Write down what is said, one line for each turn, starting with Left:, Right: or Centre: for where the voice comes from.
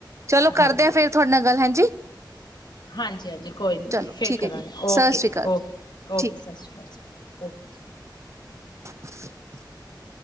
Right: ਚਲੋ ਕਰਦੇ
Left: ਹਾਂਜੀ
Right: ਆ ਫੇਰ ਤੁਹਾਡੇ ਨਾਲ ਗੱਲ ਹੇਂਜੀ।
Left: ਹਾਂਜੀ, ਹਾਂਜੀ ਕੋਈ ਨੀ
Right: ਚਲੋ
Left: ਫੇਰ
Right: ਠੀਕ
Left: ਕਰਾਂਗੇ।
Right: ਹੈ ਜੀ
Left: ਓਕੇ,
Right: ਸਤਿ ਸ਼੍ਰੀ ਅਕਾਲ
Left: ਓਕੇ, ਓਕੇ
Right: ਠੀਕ
Left: ਸਤਿ ਸ਼੍ਰੀ ਅਕਾਲ। <unintelligible>
Right: <unintelligible>